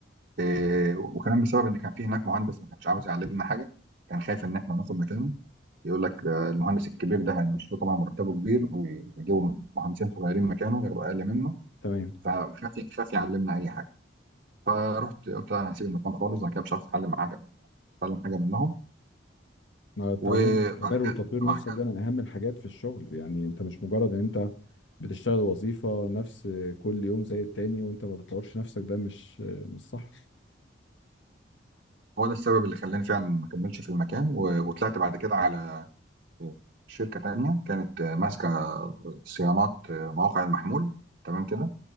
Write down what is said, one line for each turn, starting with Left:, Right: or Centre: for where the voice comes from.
Right: إيه، وكمان بسبب ان كان في هناك مهندس ما كانش عاوز يعلمنا حاجه كان خايف ان احنا ناخد مكانه يقول لك ده المهندس الكبير ده هيمشوه طبعا مرتبه كبير ويجيبوا مهندسين صغيرين مكانه ياخدوا اقل منه
Left: تمام
Right: فخاف خاف يعلمنا اي حاجه فرحت قلت له انا هسيب المكان خالص انا كده مش عارف اتعلم حاجه اتعلم حاجه منهم
Left: آه، التعليم
Right: وبعد
Left: المستمر وتطوير
Right: كده بعد
Left: نفسك
Right: كده
Left: ده من أهم الحاجات في الشغل يعني أنت مش مجرد إن أنت بتشتغل وظيفة نفس كل يوم زي التاني وأنت ما بتطورش نفسك ده مش مش صح
Right: هو ده السبب اللي خلاني فعلا ما كملش في المكان و- وطلعت بعد كده على شركه تانيه كانت آه، ماسكه صيانات آه، مواقع المحمول تمام كده